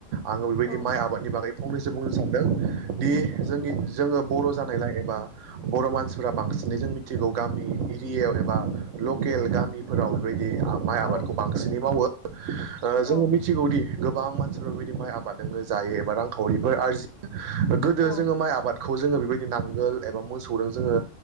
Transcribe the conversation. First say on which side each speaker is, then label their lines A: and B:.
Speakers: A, on the right; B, on the left.
A: आङो बेबायदि
B: औ
A: माइ आबादनि बागै फंनैसो बुंनो सानदों दि जोंनि जोङो बर' जानायलाय एबा बर' मानसिफोरा बांसिनै जों मिथिगौ गामि एरियायाव एबा लेकेल लकेल गामिफोराव बेबायदि माइ
B: औ
A: आबादखौ बांसिनै मावो ओ
B: औ
A: जोङो मिथिगौदि गोबां मानसिफोर बेबायदि माइ आबाद दो जायो एबा रांखावरिफोर आरजियो गोदो
B: औ
A: जोङो माइ आबाद खौ जोङो बेबायदि नांगोल एबा मोसौजों जोङो